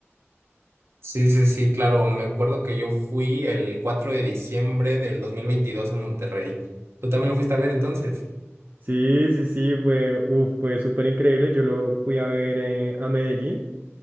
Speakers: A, on the right; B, on the right.
A: Sí, sí, sí, claro. Me acuerdo que yo fui el 4 de diciembre del 2022 en Monterrey. ¿Tú también lo fuiste a ver entonces?
B: Sí, sí, sí, fue, uf, fue súper increíble. Yo lo fui a ver eh, a Medellín.